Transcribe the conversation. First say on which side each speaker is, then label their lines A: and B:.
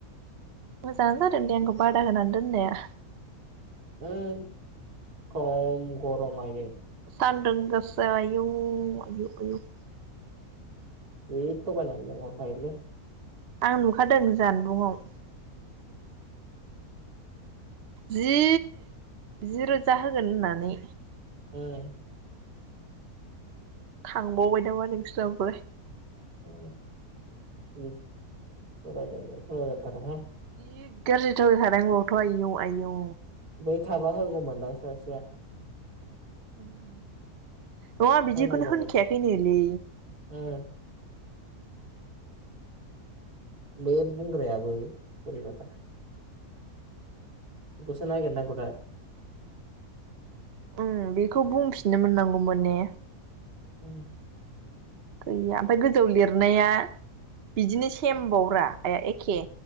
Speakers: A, on the right; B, on the right.
A: मोजाङानो जादों दे आंखौ बादा होनानै दोननाया
B: ओम खम गरम आइयै
A: थानदों गोसा आइयौ आयुु आयुु
B: जि थगायना लिंहर खायो लै
A: आं नुखादों जान बुंआव जि जि रोजा होगोन होननानै
B: ओं
A: थांबावबाय नामा नोंसोर जाबाय
B: ओम ओम होबायना होआ थगायना थाथोंहाय
A: जि गाज्रि थगाय खादों होनबाबोथ आयौ आयौ
B: बै थाबा होगौमोनदां सासेया
A: औ नङा बिदिखौनो
B: होनांगौमोन
A: होनखाया खै नो लै
B: उम बे बुंग्रायाबो बोरै बाथार बेखौसो नागेर नांगौ दा
A: उम बेखौ बुंफिननो मोननांगौमोन ने।
B: ओम
A: गैया ओमफ्राय गोजौ लिरनाया बिदिनो सेमबावब्रा आइया एखे